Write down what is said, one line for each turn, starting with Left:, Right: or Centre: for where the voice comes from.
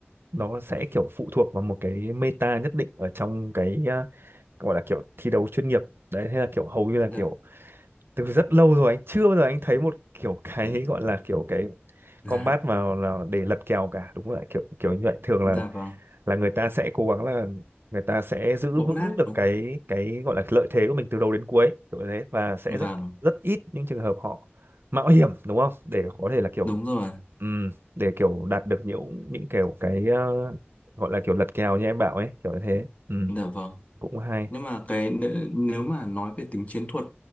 Right: nó sẽ kiểu phụ thuộc vào một cái meta nhất định ở trong cái ờ, gọi là kiểu thi đấu chuyên nghiệp đấy thế là kiểu hầu như là
Left: dạ
Right: kiểu từ rất lâu rồi anh chưa bao giờ anh thấy một kiểu cái gọi là kiểu cái
Left: <laughs> dạ
Right: combat mà là để lật kèo cả đúng rồi kiểu kiểu như vậy thường
Left: dạ
Right: là
Left: vâng
Right: là người ta sẽ cố gắng là người ta sẽ giữ
Left: bóp
Right: vững
Left: nát
Right: được
Left: đúng
Right: cái cái gọi là lợi thế của mình từ đầu đến cuối kiểu như thế và sẽ
Left: không
Right: rất
Left: vâng
Right: rất ít những trường hợp họ mạo hiểm đúng không để có thể là kiểu
Left: đúng rồi
Right: ừm, để kiểu đạt được những những kiểu cái ờ, gọi là kiểu lật kèo như em bảo ấy kiểu như thế Ừm,
Left: dạ vâng
Right: cũng hay
Left: nhưng mà cái n- nếu mà nói về tính chiến thuật